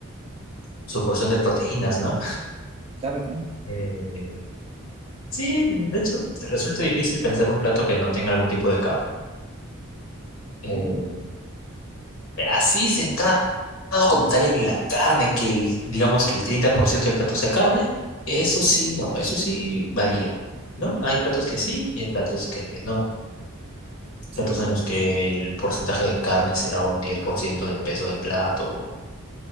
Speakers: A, on the left; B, on the right.
A: su porción de proteínas, ¿no?
B: Claro, claro.
A: Eh, sí, de hecho, te resulta difícil pensar un plato que no tenga algún tipo de carne. Eh,
B: Oh,
A: así centrado como tal en la carne, que el- digamos que el 30% del plato sea carne, eso sí, no, eso sí varía, ¿no? Hay platos que sí y hay platos que no.
B: sí,
A: Platos
B: sí,
A: en
B: sí.
A: los que el porcentaje de carne será un 10% del peso del plato